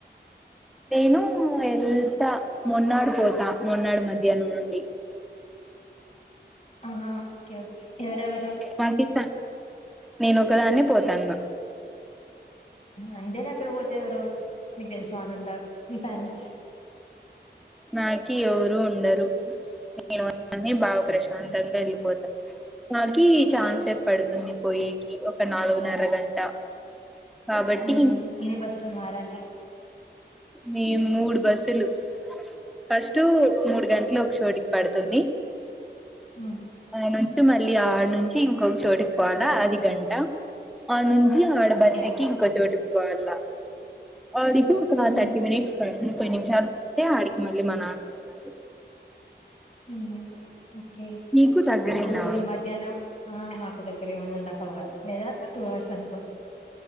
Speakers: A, in the centre; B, on the left (about 40°).
A: నేను ఎల్తా మొన్నాడుబోడు మొన్నాడు మధ్య యన్ నుండి
B: ఆహా ఓకే ఓకే ఎవరెవరు
A: మాకి నేను ఒకదాన్న పోతాన్న
B: అంటేనే అక్కడ పోతే ఎవరోరు నీకు తెలిసిన ఉంటారు నీ ఫ్రెండ్స్
A: నాకి ఎవురు ఉండరు నేను ఒకన్నే బాగా ప్రశాంతంగా వెళ్ళిపోతా నాకి చాన్సేపు పడుతుంది పోయేకి ఒక నాలుగున్నర గంట కాబట్టి
B: హ ఏ బస్సు మారలి
A: మేం మూడు బస్సులు ఫస్టు మూడు గంటలు ఒక చోటికి పడుతుంది
B: హు
A: ఆ నుంచి మళ్ళీ ఆనుంచి ఇంకొక చోటుకి పోవాలా అది గంట అ నుంచి ఆడ
B: ఓకే
A: బస్సేక్కి ఇంకోచోటుకి పోవాళ్ల అడికు
B: హుహు.
A: థర్టీ మనిట్స్ ప ముప్పై నిమిష అ మళ్ళీ మా నాన్న వస్తారు
B: ఉ ఓకే
A: మీకు దగ్గరేనా
B: ఇప్పుడు మీరు మధ్యాహ్నం ఆ మాకి దగ్గరే వన్ అండ్ హాఫ్ అవర్ లేదా టూ అవర్స్ అనుకో